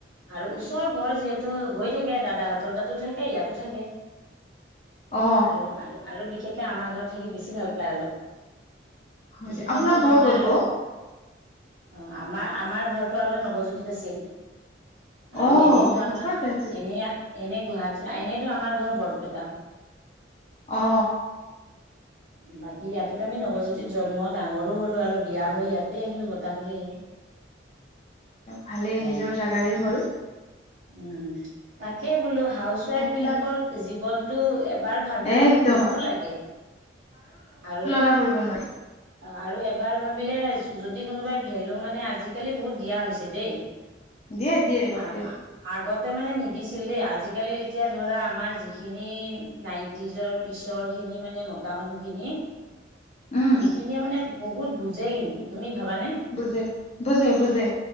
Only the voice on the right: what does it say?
আৰু ওচৰ ঘৰ যিহেতু গৈ থাকে, দাদাহঁতৰ তাতো থাকে, ইয়াতো থাকে।
আৰু, আৰু, আৰু বিশেষকে আমাৰ ঘৰত থাকি বেছি ভাল পাই অলপ।
যিমান
যি
নহয়
আৰু।
অ' আমাৰ, আমাৰ ঘৰতো আগতে নৱজ্যোতিত আছিল। আৰু
এনেইতো আমাৰ,
এনে এনে গুৱাহাটী এনেইতো আমাৰ ঘৰ বৰপেটা।
বাকী ইয়াত। তেতিয়া আমি নৱজ্যোতিত জন্ম, ডাঙৰো হ'লো আৰু বিয়া হৈ ইয়াতেই আহিলো বতাহলি আহি।
সেয়াই
উম' তাকে বোলো, হাউচ ৱাইফ
বিলাকৰ জীৱন। টো এবাৰ ভাবিলে
মোৰ দুখো
লাগে। আৰু
অ' আৰু এবাৰ ভাবিলে, যদি কোনোবাই ভেলু মানে আজিকালি বহুত দিয়া হৈছে দেই।
আ আগতে মানে নিদিছিলে, আজিকালি এতিয়া ধৰা আমাৰ যিখিনি নাইন টিজৰ পিছৰ খিনি মানে মতা মানুহখিনি।
সেইখিনিয়ে মানে বহুত বুজে কিন্তু, তুমি ভাবানে?